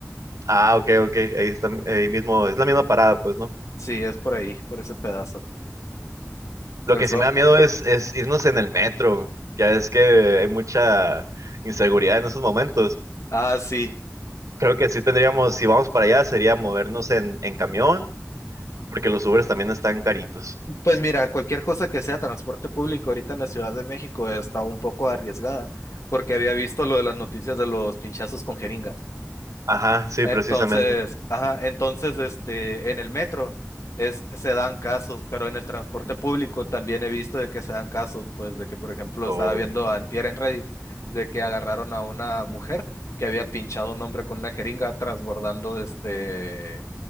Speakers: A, on the right; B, on the left.
A: Ah, ok, ok. Ahí está, ahí mismo, es la misma parada, pues, ¿no?
B: Sí, es por ahí, por ese pedazo.
A: Lo
B: El
A: que
B: sol.
A: sí me da miedo es, es irnos en el metro. Ya es que hay mucha inseguridad en esos momentos.
B: Ah, sí.
A: Creo que sí tendríamos, si vamos para allá, sería movernos en, en camión, porque los Ubers también están caritos.
B: Pues mira, cualquier cosa que sea transporte público ahorita en la Ciudad de México está un poco arriesgada, porque había visto lo de las noticias de los pinchazos con jeringas.
A: Ajá, sí,
B: Entonces,
A: precisamente.
B: ajá, entonces, este, en el metro es, se dan casos, pero en el transporte público también he visto de que se dan casos, pues de que, por ejemplo,
A: O
B: estaba viendo antier en Reddit de que agarraron a una mujer que había pinchado a un hombre con una jeringa transbordando este,